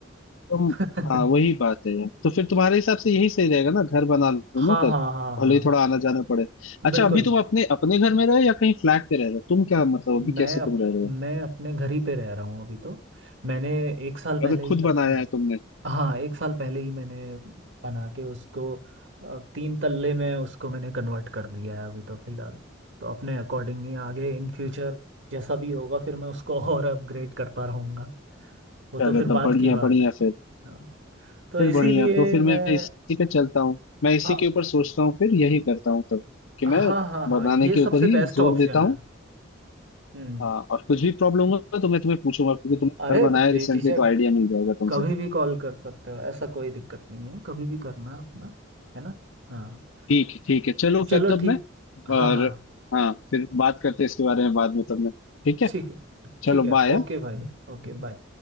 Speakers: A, on the left; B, on the right.
A: तुम
B: <laughs>
A: हाँ वही बात है यार तो फिर तुम्हारे हिसाब से यही सही रहेगा ना घर बना लो
B: हाँ
A: ना तब
B: हाँ हाँ हाँ
A: भले ही थोड़ा आना जाना पड़े अच्छा
B: बिल्कुल
A: अभी तुम अपने अपने घर में रहे हो या कहीं फ्लैट पे रह रहे हो तुम क्या मतलब अभी
B: मैं
A: कैसे
B: अप,
A: तुम रह रहे
B: मैं
A: हो
B: अपने घर ही पे रह रहा हूँ अभी तो मैंने एक साल पहले
A: मतलब
B: ही
A: खुद बनाया
B: अपना घ-
A: है तुमने
B: हाँ एक साल पहले ही मैंने बना के उसको अ, तीन तल्ले में उसको मैंने कन्वर्ट कर दिया है अभी तो फिलहाल तो अपने अकॉर्डिंग ही आगे इन फ्यूचर जैसा भी होगा फिर मैं उसको <laughs> और अपग्रेड करता रहूँगा वो तो
A: चलो
B: फिर बात
A: तब बढ़िया
B: की बात
A: बढ़िया
B: है
A: फिर
B: हाँ तो
A: फिर
B: इसीलिए
A: बढ़िया तो फिर
B: मैं
A: मैं इसी पे चलता हूँ मैं इसी
B: हाँ
A: के ऊपर सोचता हूँ फिर यही करता हूँ तब कि
B: हाँ
A: मैं
B: हाँ
A: बनाने
B: हाँ ये
A: के
B: सबसे
A: ऊपर ही
B: बेस्ट
A: जोर
B: ऑप्शन
A: देता हूँ
B: है हम्म
A: हाँ और कुछ भी प्रॉब्लम होगा तो मैं तुम्हें पूछूंगा क्योंकि तुमने
B: अरे
A: घर बनाया
B: बेझिझक
A: रिसेंटली तो आइडिया मिल जाएगा तुमसे
B: कभी भी कॉल कर सकते हो ऐसा कोई दिक्कत नहीं है कभी भी करना अपना है ना हाँ
A: ठीक है ठीक है चलो
B: चलो
A: फिर तब
B: ठीक
A: मैं
B: हाँ
A: और
B: हाँ
A: हाँ फिर बात करते हैं इसके बारे में बाद में तब मैं ठीक है
B: ठीक है
A: चलो
B: ठीक है
A: बाय
B: ओके भाई ओके बाय